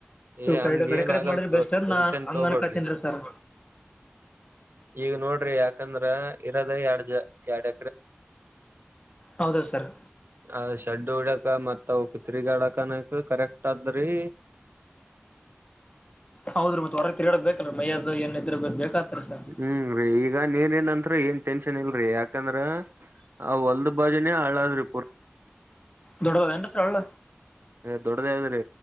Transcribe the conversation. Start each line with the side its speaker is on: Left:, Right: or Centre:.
Right: ಏ
Left: ಕ
Right: ಹಂಗ
Left: ಕಡೆ
Right: ಏನ್
Left: ಕಡೆ
Right: ಆಗಲ್
Left: ಮಾಡಿದ್ರ
Right: ತೋರಿ
Left: ಬೆಸ್ಟ್ ಅಂದ
Right: ಟೆನ್ಷನ್
Left: ನಾನ್ ಹಂಗನ್ಕತನ್ಸರ್
Right: ತೋಬೇಡ್ರಿ ಈಗ ನೋಡ್ರಿ ಯಾಕಂದ್ರ ಇರದ ಎರಡ್ಜ ಎಡ್
Left: ಹೌದು ಸರ್
Right: ಅ ಶಡ್ಡು ಹಡಕ ಮತ್ ಅವ ಕ ತಿರಿಗಾಡಕನಕ ಕರೆಕ್ಟ್ ಆದದ್ರಿ
Left: ಹೌದ್ರ ಮತ್ತ ಹೊರತ್ ಹೇಳಕ್ ಬೇಕ್ರ ಮೈ್ಯದ ಏನ್ ಇದ್ರ ಬ ಬೇಕಕ್ತರಿ ಸರ್
Right: ಹ್ಮ್ ಈಗ ನೀರಿಂದಂತ್ತ್ರ ಏನ್ ಟೆನ್ಷನ್ ಇಲ್ರರಿ ಯಾಕಂದ್ರ ಆ ಹೊಲ್ದ ಬಾಜನೆೇ ಹಳಾದ್ರು
Left: ದೊಡ್ಡದ ಎಂದ ಸ್ರಲ್ಲ
Right: ದೊಡ್ಡದ ಅದ್ರಿ